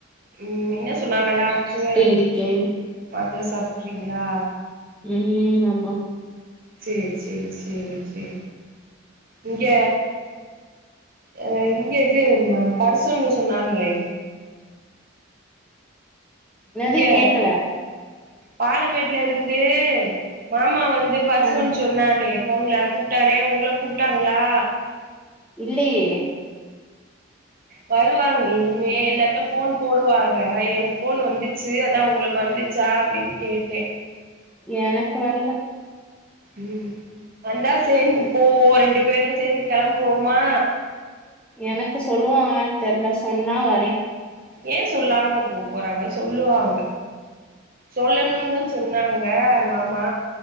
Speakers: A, on the right; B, in the centre.
A: உம் என்ன சொன்னாங்க டாக்ட்ரு
B: இருக்கேன்.
A: டா தா சாப்ட்றீங்களா
B: உம் ஆமா
A: செரி செரி செரி செரி இங்க அ இங்க இது ம பரிசம்ன்னு சொன்னாங்களே
B: ன்னது
A: இங்க
B: கேக்கல
A: பாலமேட்ல இருந்து மாமா வந் து பருசோன்னு
B: ஆ.
A: சொன்னாரு போன்ல கூப்புட்டாரு ஒங்கள கூப்ட்டாங்களா
B: இல்லியே
A: வருவாங்க இனிமேலதா ஃபோன் போடுவாங்க ஏனா எனக்கு ஃபோன் வந்துச்சு அதா உங்களுக்கு வந்துச்சா அப்படின்னு கேட்டே
B: எனக்கு வர்ல
A: உம் வந்தா சேர்ந்து போவோ ரெண்டு பேர்னு சேர்ந்து கெளம்புவோமா
B: எனக்கு சொல்லுவாங்கலான் தெர்ல சொன்னா வரே
A: ஏ சொல்லாம போ போறாங்க சொல்லுவாங்க சொல்லணுந்தான் சொன்னாங்க மாமா